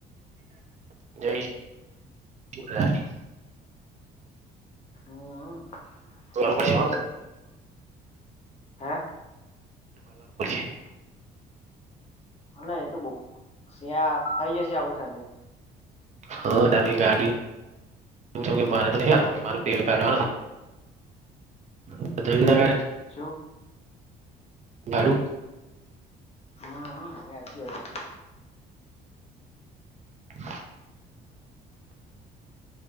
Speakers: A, on the right; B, on the left.
A: <unintelligible>
B: હમ
A: તો આવું
B: મજા
A: પડશે
B: આવશે હે
A: હા <unintelligible>
B: હ ના એ તો બ સિયા થઈ જશે આપડું સાથે
A: હા નવીગાડીન હું જ‌ઉને મારે તો નહીં આલવાનું મારે તો પૈહા કાડવાના. ના તમતમારે
B: શું?
A: ભાડુ
B: હમ હમ એ હાચી વાત છે
A: <inaudible> <inaudible>